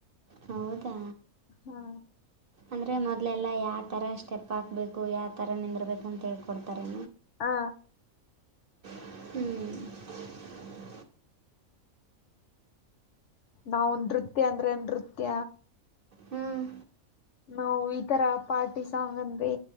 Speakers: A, on the right; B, on the left.
A: ಹೌದಾ
B: ಹಾ
A: ಅಂದ್ರೆ ಮೊದ್ಲ. ಎಲ್ಲಾ ಯಾವ ತಥ ಸ್ಟೆಪ್ ಹಾಕ್ಬೇಕು ಯಾವ ತರ ನಿಂದರಬೇಕುಂತ ಹೇಳ್ಕೊಡ್ತಾರೆ.
B: ಹಾ.
A: ಹ್ಮ್.
B: ನಾವು ನೃತ್ಯ ಅಂದ್ರೆ ನೃತ್ಯ.
A: ಹಾಂ
B: ನಾವು ಈತರ ಪಾರ್ಟಿ ಸಾಂಗ್ ಅಂದ್ವಿ